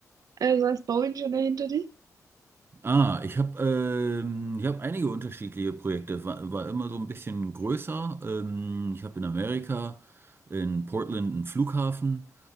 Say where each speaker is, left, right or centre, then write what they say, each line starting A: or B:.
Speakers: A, on the right; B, on the right.
A: Also als Bauingenieur hinter dir?
B: Ah, ich habe ähm, ich hab einige unterschiedliche Projekte. War, war immer so ein bisschen größer. Ähm, ich habe in Amerika, in Portland, ein Flughafen.